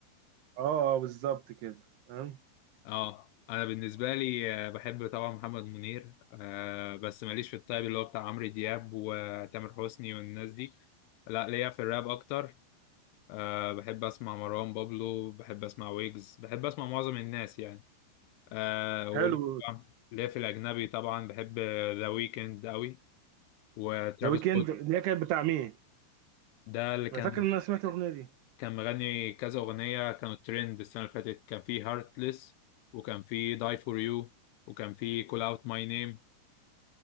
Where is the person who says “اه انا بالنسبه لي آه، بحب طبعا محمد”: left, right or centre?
Left